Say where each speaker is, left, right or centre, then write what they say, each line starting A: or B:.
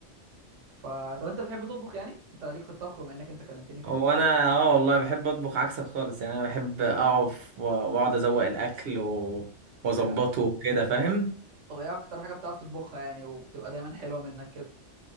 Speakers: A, on the right (about 80°); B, on the right (about 55°).
A: ف طب انت بتحب تطبخ يعني انت ليك في الطبخ بما انك انت كلمتني فيه
B: هو انا اه والله بحب اطبخ عكسك خالص يعني انا بحب اقف و- واقعد ازوق الاكل و- واظبطه
A: بجد
B: وكده فاهم
A: طب ايه اكتر حاجه بتعرف تطبخها يعني وبتبقى دايما حلوه منك كده